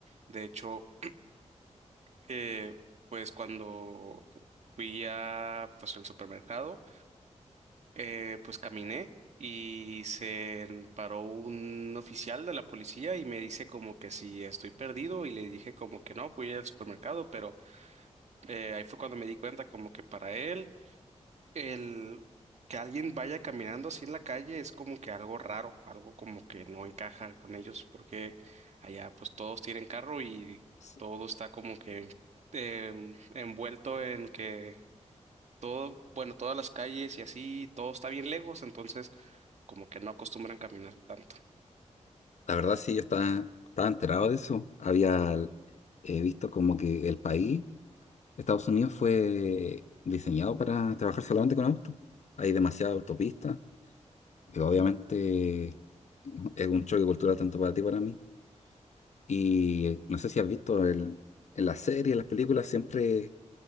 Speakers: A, on the right; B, on the left.
A: De hecho, eh, pues cuando fui a pues el supermercado, eh, pues caminé y se paró un oficial de la policía y me dice como que si estoy perdido y le dije como que no, fui al supermercado, pero eh, ahí fue cuando me di cuenta como que para él. El que alguien vaya caminando así en la calle es como que algo raro, algo como que no encaja con ellos, porque allá pues todos tienen carro y
B: Sí.
A: todo está como que em, envuelto en que todo, bueno, todas las calles y así, todo está bien lejos, entonces como que no acostumbran caminar tanto.
B: La verdad, sí, yo estaba, estaba enterado de eso. Había eh, visto como que el país, Estados Unidos, fue diseñado para trabajar solamente con autos. Hay demasiadas autopistas que obviamente es un choque cultural tanto para ti como para mí. Y no sé si has visto el- en las series, en las películas, siempre